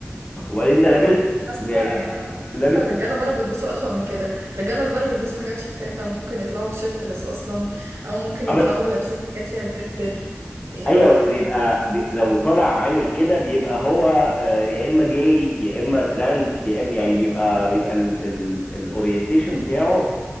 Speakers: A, on the left; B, on the right.
A: وبعدين ده لابس
B: حاسه
A: يعني
B: حاسه
A: لابس
B: الرجاله بره بيلبسوا اسوأ من كده الرجاله اللي بره بيلبسوا حاجات شفافه ممكن يطلعوا شيرتلس اصلا او ممكن
A: اه
B: يطلعوا
A: بس
B: لابسين حاجات فيها ترتر يعني
A: ايوه بس بيبقى بي... لو طالع عامل كده بيبقى هو آه، يا اما جاي يا اما ترانس يا اما يعني بيبقى بيبقى الاورينتيشن بتاعه